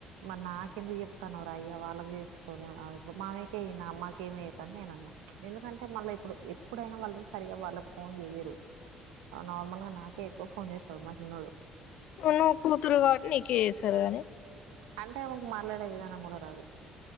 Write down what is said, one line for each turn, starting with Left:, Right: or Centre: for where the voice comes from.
Right: మరి నాకెందుకు చెప్తానావు రా అయ్య వాళ్ళకి తెచ్చుకొని ఆ మామేకే వెయ్యి మ్మాకేమి వయ్యకని నేను అన్నా ఎందుకంటే మళ్ళీ ఇప్పుడు ఎప్పుడైనా వాళ్ళు సరిగా వాళ్ళకి ఫోన్ చెయరు నార్మల్ గా నాకే ఎక్కువ ఫోన్ చేస్తాడు మా చిన్నోడు
Left: నువ్వు కూతురు కాబట్టి నీకే చేస్తారు గానే
Right: అంటే ఆమెకు మాట్లాడే విధానం కూడా రాదు